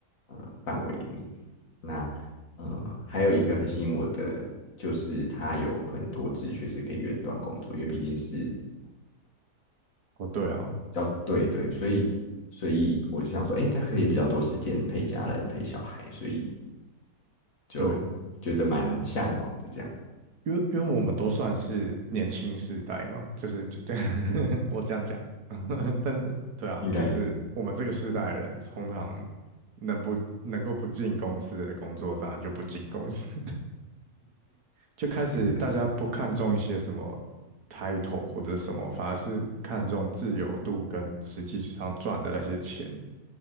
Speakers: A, on the left; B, on the right.
A: 呃范围里面。那呃，还有一个很吸引我的，就是它有很多职缺是可以远端工作，因为毕竟是
B: 哦，对啊，
A: 要对对，所以所以我就想说，诶，它可以比较多时间陪家人、陪小孩，所以就觉得蛮向往的这样，
B: 对，因为因为我们都算是年轻世代嘛，就是就 <laughs> 我这样讲，<laughs> 但是对啊，
A: 应该是
B: 就是我们这个世代的人，通常能不能够不进公司的工作，当然就不进公司，<laughs> 就开始大家不看重一些什么
A: 真的，
B: title 或者什么，反而是看重自由度跟实际上赚的那些钱，